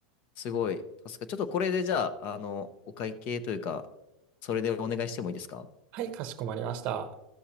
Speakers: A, on the left (about 35°); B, on the right (about 35°).
A: すごい、助かちょっとこれでじゃあ、あの、お会計というか、それでお願いしてもいいですか
B: はい、かしこまりました。